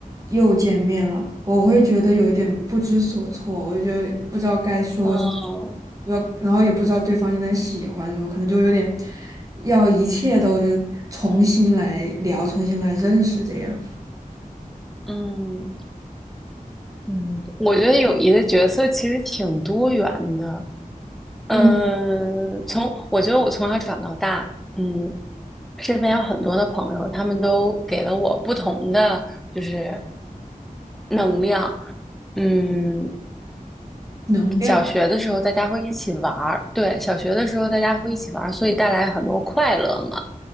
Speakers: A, on the right; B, in the centre.
A: 又见面了，我会觉得有一点不知所措，我就觉得不知道该说什么，
B: 哦。
A: 不知道然后也不知道对方现在喜欢什么，可能就有点要一切都就重新来聊，重新来认识这样。
B: 嗯，嗯我觉得友谊的角色其实挺多元的。嗯，
A: 嗯，
B: 从我觉得我从小长到大，嗯，身边有很多的朋友，他们都给了我不同的就是能量。嗯，
A: 能量。
B: 小学的时候大家会一起玩儿，对，小学的时候大家会一起玩儿，所以带来很多快乐嘛。